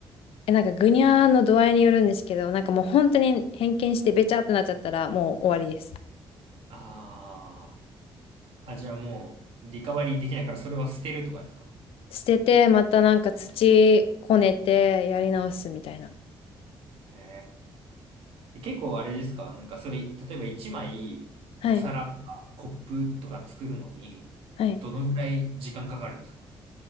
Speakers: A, on the left; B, on the right.
A: え、なんか、ぐにゃーの度合いによるんですけど、なんかもう本当に偏見してべちゃってなっちゃったら、もう終わりです。
B: あーあ、じゃあもう、リカバリーできないから、それは捨てるとかですか
A: 捨てて、またなんか土こねて、やり直すみたいな。
B: へえ。結構あれですかなんかそれ、例えば1枚、
A: はい。
B: お皿とかコップとか作るのに、
A: はい。
B: どのぐらい時間かかるんですか